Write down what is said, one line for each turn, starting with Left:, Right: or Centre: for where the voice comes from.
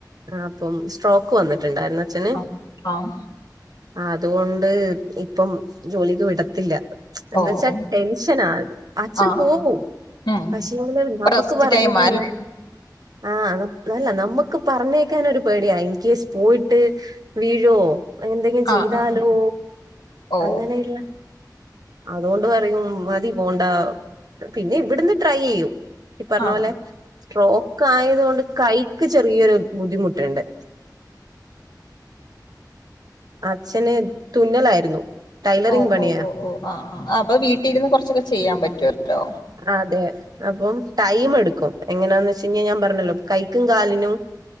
Right: ആഹ് അപ്പം സ്ട്രോക്ക് വന്നിട്ട്ണ്ടായിരുന്ന് അച്ഛന്
Left: ആ ആഹ്
Right: അത്കൊണ്ട് ഇപ്പം ജോലിക്ക് വിടത്തില്ല എന്ന്
Left: ഓ
Right: വെച്ചാ
Left: ഓ
Right: ടെൻഷനാ അച്ഛൻ
Left: ആഹ്
Right: പോവും
Left: ഉം
Right: പക്ഷെങ്കില്
Left: ഇപ്പ
Right: നമ്മുക്ക്
Left: റെസ്റ്റ്
Right: പറഞ്ഞേക്കാന്
Left: ടൈമാ അല്ലേ
Right: ആഹ് അല്ല നമ്മുക്ക് പറഞ്ഞേക്കാനൊര് പേടിയാ ഇൻ കേസ് പോയിട്ട് വീഴോ എന്തെങ്കിലും
Left: ആഹ്
Right: ചെയ്താലോ
Left: ആഹ് ആഹ് ഓ
Right: അങ്ങനെയുള്ള അതുകൊണ്ട് പറയും മതി പോണ്ടാ പിന്നെ ഇവിടന്ന് ട്രൈയെയ്യും ഈ പറഞ്ഞ
Left: ആണോ
Right: പോലെ സ്ട്രോക്ക് ആയത് കൊണ്ട് കൈക്ക് ചെറിയൊരു ബുദ്ധിമുട്ട്ണ്ട് അച്ഛന്
Left: ഓ
Right: തുന്നലായിരുന്നു ടൈലറിങ്
Left: ഓ
Right: പണിയാ
Left: ഓ ഓ ആഹ് ആഹ് അപ്പൊ വീട്ടിരുന്ന് കൊറച്ചൊക്കെ ചെയ്യാൻ പറ്റുവല്ലോ
Right: അതെ അപ്പം ടൈം എടുക്കും എങ്ങനാന്ന് വെച്ച് കഴിഞ്ഞാ ഞാൻ പറഞ്ഞല്ലോ കൈക്കും കാലിനും